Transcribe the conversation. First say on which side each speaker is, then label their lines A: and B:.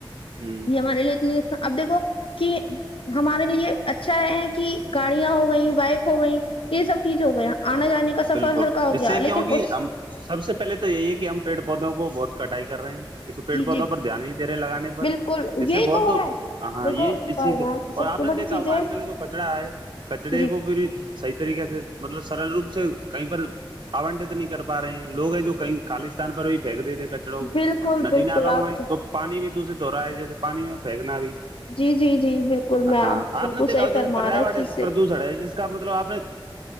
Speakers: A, on the right (about 65°); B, on the left (about 80°).
A: ہ
B: یہ ہمارے لیے اتنے نقصان اب دیکھو کہ ہمارے لیے اچھا ہے کہ گاڑیاں ہو گئیں بائک ہو گئی یہ سب چیز ہو گیا آنا جانے کا سفر
A: بالکل
B: ہلکا ہو
A: اس
B: گیا
A: سے کیونکہ
B: لیکن اس
A: ہم سب سے پہلے تو یہی ہے کہ ہم پیڑ پودوں کو بہت کٹائی کر رہ ہیں اس کو پیڑ
B: جی
A: پودوں
B: جی
A: پر دھیان نہیںے رہے لگانے پہ
B: بالکل
A: اس
B: یہی
A: سے بہت
B: ہو
A: تو
B: رہا ہے
A: ہاں
B: دیکھو
A: یہ اسیز
B: بھائی جان
A: اور
B: سب
A: آپ
B: سے
A: نے
B: بڑی
A: دیکھا
B: چیزیں
A: ہوگا آج کل جو کچرا ہے کچڑے
B: جی
A: کو پھر صحیح طریقے سے مطلب سرل روپ سے کہیں پر آنٹت نہیں کر پا رہے ہیں لوگ ہیں جو کہیں خالستان پر بھی پھینک دیےتے
B: بالکل
A: ندی
B: بالکل
A: نالوں میں
B: آپ
A: میں
B: سے
A: تو پانی بھی دشت ہو رہا ہے جیسے پانی میں پھینکنا بھی
B: جی جی جی بالکل میں
A: ہاں
B: بالکل
A: آپ نے دیکھا
B: صحیح
A: جیسے
B: فرما
A: پریا
B: رہا اس چیز
A: ہے
B: سے
A: پردوشن ہے جس کا مطلب آپ نے